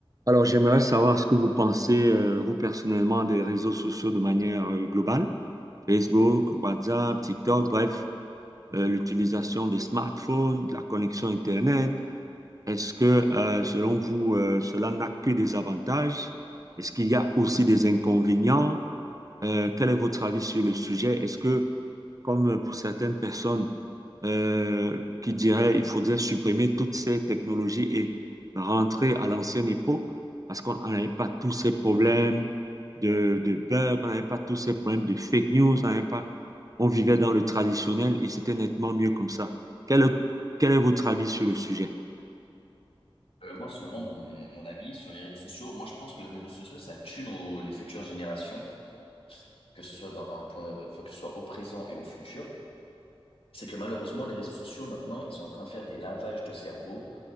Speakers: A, on the right; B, on the left.
A: Alors, j'aimerais savoir ce que vous pensez, euh, vous personnellement, des réseaux sociaux de manière euh, globale. Facebook, WhatsApp, TikTok, bref, euh, l'utilisation des smartphones, de la connexion Internet. Est-ce que, euh, selon vous, euh, cela n'a que des avantages? Est-ce qu'il y a aussi des inconvénients? Euh, quel est votre avis sur le sujet? Est-ce que comme pour certaines personnes euh, qui diraient il faudrait supprimer toutes ces technologies et rentrer à l'ancienne époque parce qu'on on n'avait pas tous ces problèmes de, de bugs, on n'avait pas tous ces problèmes de fake news, on n'avait pas, on vivait dans le traditionnel et c'était nettement mieux comme ça. Quel, est- quel est votre avis sur le sujet?
B: Euh, moi, selon moi, mon, mon avis sur les réseaux sociaux, moi, je pense que les réseaux sociaux, ça tue nos- les futures générations, que ce soit d'un point, enfin, que ce soit au présent et au futur. C'est que malheureusement, les réseaux sociaux, maintenant, ils sont en train de faire des lavages de cerveau